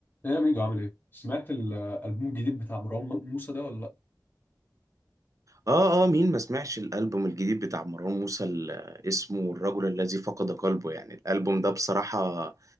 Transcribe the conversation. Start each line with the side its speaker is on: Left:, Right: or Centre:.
Left: ايه يا ميجو عامل ايه؟ سمعت الالبوم الجديد بتاع مروان موسى ده ولا لا؟
Right: اه اه مين ما سمعش الالبوم الجديد بتاع مروان موسى اللي اسمه الرجل الذي فقد قلبه يعني الالبوم ده بصراحه